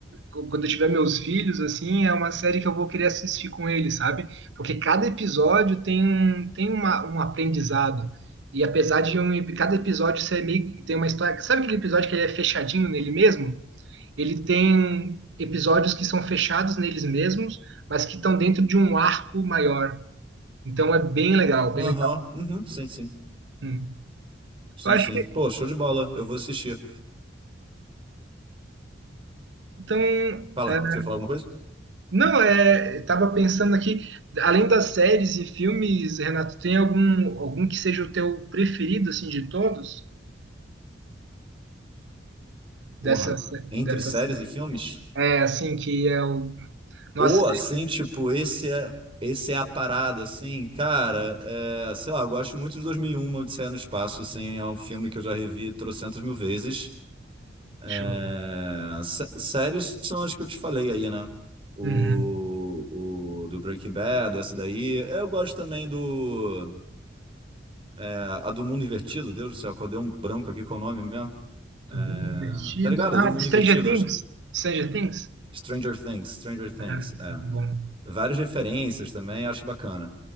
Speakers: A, on the right (about 70°); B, on the right (about 30°).
A: eu, quando eu tiver meus filhos, assim, é uma série que eu vou querer assistir com eles, sabe? Porque cada episódio tem, um- tem uma, um aprendizado. E apesar de um, cada episódio ser meio, tem uma história. Sabe aquele episódio que ele é fechadinho nele mesmo? Ele tem episódios que são fechados neles mesmos, mas que estão dentro de um arco maior. Então é bem legal, bem
B: Aham,
A: legal.
B: uhum, sim, sim.
A: Hum.
B: Sim,
A: Eu acho
B: sim.
A: que,
B: Pô, show de bola. Eu vou assistir.
A: então,
B: Fala,
A: é,
B: você ia falar alguma coisa?
A: não, é, estava pensando aqui, além das séries e filmes, Renato, tem algum algum que seja o teu preferido assim de todos?
B: Porra.
A: Dessas,
B: Entre
A: dessas,
B: séries e filmes?
A: é assim que é o nossa,
B: Ou assim, tipo, esse é, esse é a parada, assim, cara. É, sei lá, eu gosto muito de 2001, Odisseia no Espaço, assim. É um filme que eu já revi trocentas mil vezes. É,
A: deixa eu-
B: sé- séries são as que eu te falei aí, né? O,
A: uhum.
B: o do Breaking Bad, essa daí. Eu gosto também do. é, a do Mundo Invertido, Deus do céu, qual deu um branco aqui com o nome mesmo.
A: Tô
B: É,
A: muito divertido.
B: tá ligado?
A: Ah,
B: A do Mundo
A: Stranger
B: Invertido,
A: Things,
B: acho que.
A: Stranger Things.
B: Stranger Things, Stranger Things.
A: Ah,
B: É.
A: muito bom.
B: Várias referências também, acho bacana.